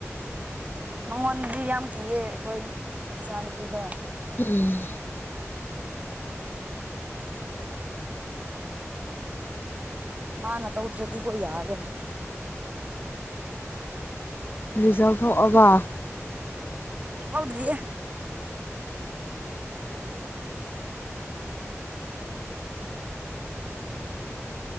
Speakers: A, on the right; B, on the left.
A: ꯃꯉꯣꯟꯗꯤ ꯌꯥꯝ ꯀꯤꯌꯦ ꯑꯩꯈꯣꯏ ꯏꯆꯥ ꯅꯨꯨꯄꯤꯗꯣ
B: ꯎꯝ
A: ꯃꯥꯅ ꯇꯧꯗ꯭ꯔꯗꯤ ꯀꯣꯏ ꯌꯥꯔ
B: ꯔꯤꯖꯜ ꯊꯣꯛꯑꯕ
A: ꯍꯥꯎꯗ꯭ꯔꯤ